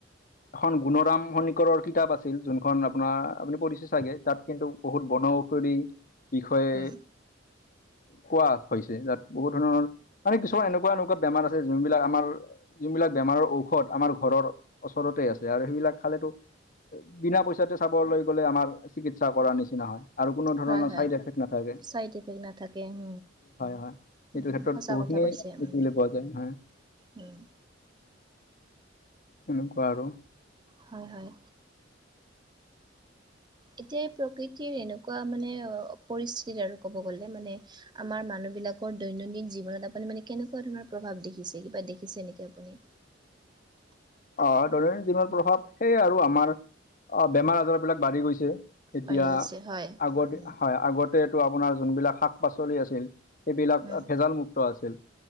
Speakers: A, on the left; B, on the right.
A: এখন গুণৰাম শনিকৰৰ কিতাপ আছিল যোনখন আপোনাৰ আপুনি পঢ়িছে চাগে তাত কিন্তু বহুত বনৌষধি বিষয়ে
B: উম,
A: কোৱা হৈছে য'ত বহুত ধৰণৰ মানে কিছুমান এনেকুৱা এনেকুৱা বেমাৰ আছে যোনবিলাক আমাৰ যোনবিলাক বেমাৰৰ ঔষধ আমাৰ ঘৰৰ ওচৰতে আছে আৰু সেইবিলাক খালেতো বিনা পইচাতে চাবলৈ গ'লে আমাৰ চিকিৎসা কৰাৰ নিচিনা হয়। আৰু কোনো ধৰণৰ
B: হয় হয়
A: চাইড এফেক্ট নাথাকে।
B: চাইড ইফেক্ট নাথাকে উম
A: হয় হয়। এইটো
B: উম,
A: ক্ষেত্ৰত
B: সঁচা
A: বহুখিনিয়ে
B: কথা কৈছে উম
A: দেখিবলৈ পোৱা যায়।
B: উম।
A: উম কোৱা আৰু?
B: হয় হয়। এতিয়া এই প্ৰকৃতিৰ এনেকুৱা মানে অ পৰিস্থিতিত আৰু ক'ব গ'লে মানে আমাৰ মানুহ বিলাকৰ দৈনন্দিন জীৱনত আপুনি মানে কেনেকুৱা ধৰণৰ প্ৰভাৱ দেখিছে? কিবা দেখিছে নেকি আপুনি?
A: অ দৈনন্দিন জীৱন প্ৰভাৱ সেয়ে আৰু আমাৰ অ বেমাৰ আজাৰ বিলাক বাঢ়ি গৈছে। এতিয়া
B: বাঢ়ি গৈছে হয়
A: আগতে
B: উম
A: হয় আগতেটো আপোনাৰ যোনবিলাক শাক পাচলি আছিল। সেইবিলাক
B: উম
A: ভেজাল মুুক্ত আছিল।